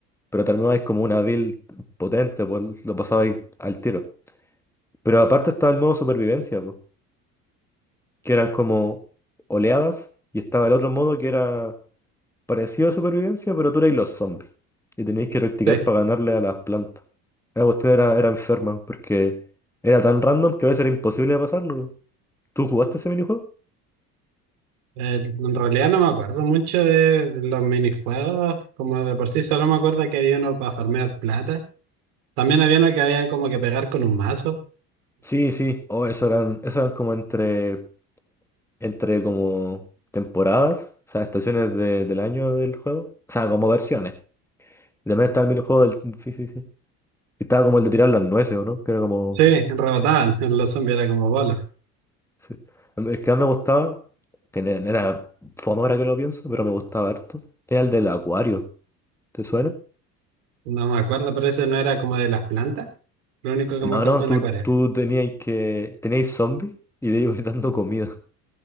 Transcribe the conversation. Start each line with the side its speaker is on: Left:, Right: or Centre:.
Centre: pero terminabais como una build potente, pues lo pasabais al tiro. Pero aparte estaba el modo supervivencia, pues, que eran como oleadas y estaba el otro modo que era parecido a supervivencia, pero tú erais los zombies. Y teníais que practicar
Right: Sí. Eh,
Centre: para ganarle a las plantas. La cuestión era, era enferma, porque era tan random que a veces era imposible de pasarlo. ¿Tú jugaste ese minijuego?
Right: en realidad no me acuerdo mucho de, de los minijuegos. Como de por sí solo me acuerdo que había uno para farmear plata. También había uno que había como que pegar con un mazo.
Centre: Sí, sí. Oh, eso eran, eso eran como entre, entre como temporadas, o sea, estaciones de- del año del juego. O sea, como versiones. Y también estaba el minijuego del... Sí, sí, sí. Y estaba como el de tirar las nueces, ¿o no? Que era como...
Right: Sí, rebotaban. <laughs> Los zombies era como bolos.
Centre: Sí. El que más me gustaba, que ne- era fome ahora que lo pienso, pero me gustaba harto, era el del acuario. ¿Te suena?
Right: No me acuerdo, pero ese no era como de las plantas. Lo único que me
Centre: No,
Right: acuerdo
Centre: no,
Right: en
Centre: tú,
Right: acuario.
Centre: tú teníais que. Teníais zombies y le ibas dando comida.